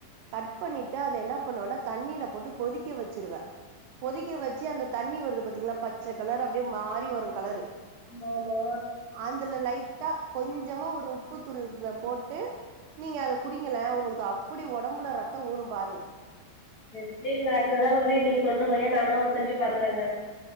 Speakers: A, on the right (about 45°); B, on the left (about 30°).
A: கட் பண்ணிட்டு அத என்ன பண்ணுவேனா தண்ணில போட்டு கொதிக்க வச்சிருவே கொதிக்க வச்சு அந்த தண்ணி வருது பாத்தீங்லா பச்ச கலர் அப்டியே மாறி வரு கலரு
B: ஆமா
A: அதுல லைட்டா கொஞ்சமா ஒரு உப்பு தூள் போட்டு நீங்க அத குடிங்கலே உங்களுக்கு அப்டி உடம்புல ரத்தோ ஊரும் பாருங்க
B: நெக்ஸ்டு <unintelligible> வந்து நீங்க சொன்ன மாரி நானு செஞ்சு பாக்குறேங்க